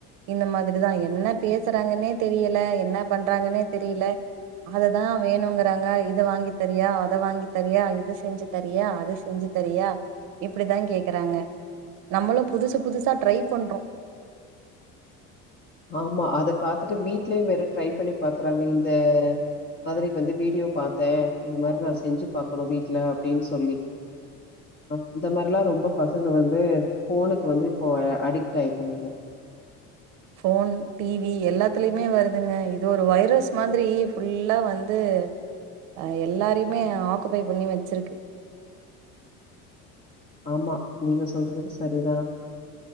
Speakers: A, on the right; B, on the left.
A: இந்த மாதிரிதான் என்ன பேசுறாங்கன்னே தெரியல என்ன பண்றாங்கன்னே தெரியல அததான் வேணுங்கறாங்க இத வாங்கி தரியா அத வாங்கி தரியா இது செஞ்சு தரியா அது செஞ்சு தெரியா இப்டித்தான் கேக்குறாங்க நம்மளும் புதுசு புதுசா ட்ரை பண்றோம்
B: ஆமா அத பாத்துட்டு வீட்லயு வேற ட்ரை பண்ணி பாக்குறாங்க இந்த மாதிரி வந்து வீடியோ பாத்தே இந்த மாரி நா செஞ்சு பாக்கணோ வீட்ல அப்டீனு சொல்லி அ அந்த மாரிலா ரொம்ப பசங்க வந்து ஃபோனுக்கு வந்து இப்போ அடிக்ட்டு ஆயிட்டாங்க
A: போன் டிவி எல்லாத்துலயுமே வருதுங்க இது ஒரு வைரஸ் மாதிரி ஃபுல்லா வந்து அ எல்லாரையுமே ஆக்குபை பண்ணி வச்சிருக்கு
B: ஆமா நீங்க சொல்றது சரிதான்